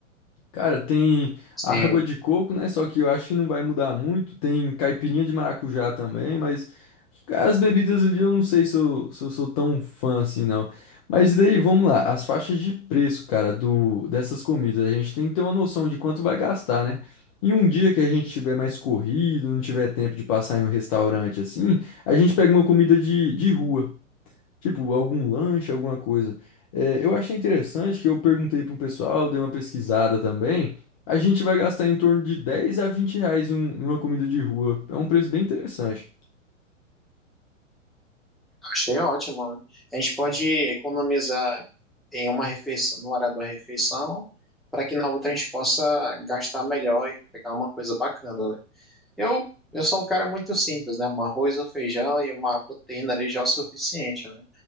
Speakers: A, on the left; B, in the centre.
A: Cara, tem
B: Sim.
A: água de coco, né? Só que eu acho que não vai mudar muito. Tem caipirinha de maracujá também, mas. Cara, as bebidas ali eu não sei se eu, se eu sou tão fã assim, não. Mas daí, vamos lá, as faixas de preço, cara, do dessas comidas, a gente tem que ter uma noção de quanto vai gastar, né? Em um dia que a gente tiver mais corrido, não tiver tempo de passar em um restaurante assim, a gente pega uma comida de, de rua, tipo algum lanche, alguma coisa. É, eu achei interessante que eu perguntei para um pessoal, dei uma pesquisada também. A gente vai gastar em torno de 10 a 20 reais em um- em uma comida de rua. É um preço bem interessante.
B: Achei ótimo, né? A gente pode economizar em uma refeição, no horário da refeição, para que na outra a gente possa gastar melhor e pegar uma coisa bacana, né? Eu, eu sou um cara muito simples, né? Um arroz, um feijão e uma proteína ali já é o suficiente, né?